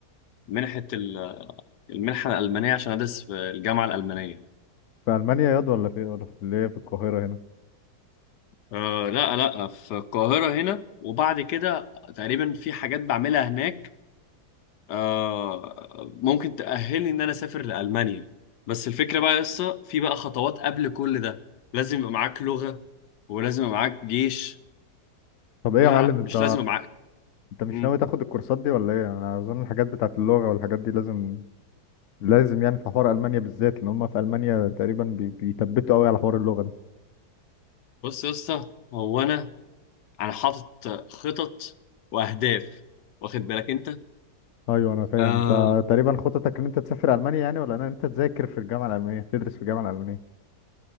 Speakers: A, on the left (about 80°); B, on the left (about 60°).
A: منحة ال- المنحة الألمانية عشان أدرس في الجامعة الألمانية
B: في المانيا ياض ولا في ولا في اللي هي في القاهره هنا
A: أه لا لا في القاهرة هنا وبعد كده تقريبا في حاجات بعملها هناك آه ممكن تأهلني إن أنا أسافر لألمانيا بس الفكرة بقى لسه في بقى خطوات قبل كل ده لازم يبقى معاك لغة ولازم يبقى معاك جيش
B: طب ايه
A: لا
B: يا معلم
A: لا مش
B: انت
A: لازم يبقى معاك
B: انت مش
A: مم.
B: ناوي تاخد الكورسات دي ولا ايه انا اظن الحاجات بتاعت اللغه والحاجات دي لازم لازم يعني في حوار المانيا بالذات لان هم في المانيا تقريبا بي- بيثبتوا قوي على حوار اللغه ده
A: بص يا اسطى هو أنا أنا حاطط خطط وأهداف واخد بالك أنت؟
B: ايوه انا فاهم
A: آه
B: انت تقريبا خطتك ان انت تسافر المانيا يعني ولا ان انت تذاكر في الجامعه الالمانيه تدرس في الجامعه الالمانيه